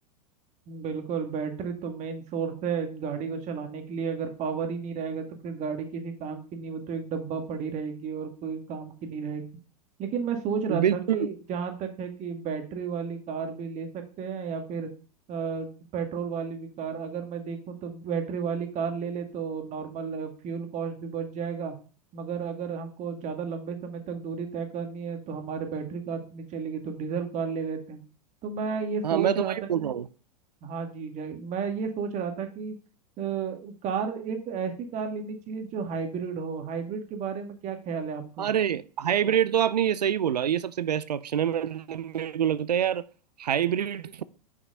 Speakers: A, on the right (about 35°); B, on the right (about 80°).
A: बिल्कुल बैटरी तो मेन सोर्स है गाड़ी को चलाने के लिए अगर पावर ही नहीं रहेगा तो फिर गाड़ी किसी काम की नहीं वो तो एक डब्बा पड़ी रहेगी और कोई काम की नहीं रहेगी लेकिन मैं सोच रहा
B: बिल्कुल
A: था कि जहाँ तक है कि बैटरी वाली कार भी ले सकते हैं या फिर पेट्रोल वाली भी कार अगर मैं देखूँ तो बैटरी वाली कार ले ले तो नॉर्मल फ्यूल कॉस्ट भी बच जाएगा मगर अगर हमको ज़्यादा लंबे समय तक दूरी तय करनी है तो हमारे बैटरी कार तो नहीं चलेगी तो डीजल कार ले लेते हैं तो मैं ये सोच
B: हाँ मैं तो
A: रहा
B: वही
A: था
B: बोल रहा हूँ
A: हाँ जी जी मैं ये सोच रहा था कि अ, कार एक ऐसी कार लेनी चाहिए जो हाइब्रिड हो हाइब्रिड के बारे में क्या ख्याल है आपका
B: अरे हाइब्रिड तो आपने ये सही बोला ये सबसे बेस्ट ऑप्शन है मेरे मेरे को लगता है यार हाइब्रिड